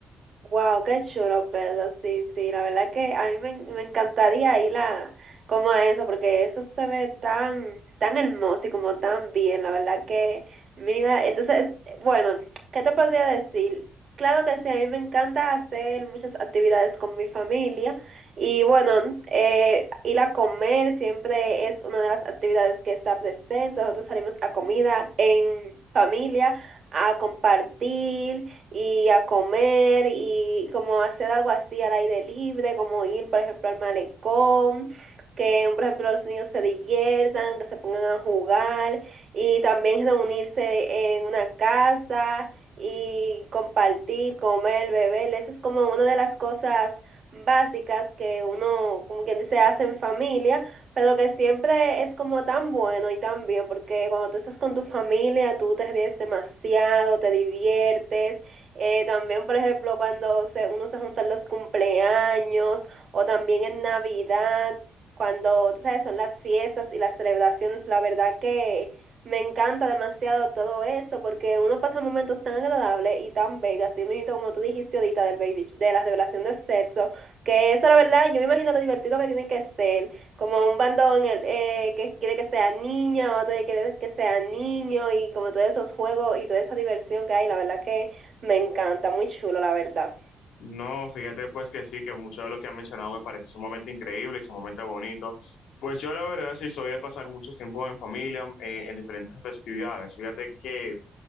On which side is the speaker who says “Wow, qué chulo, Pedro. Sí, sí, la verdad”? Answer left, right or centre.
Right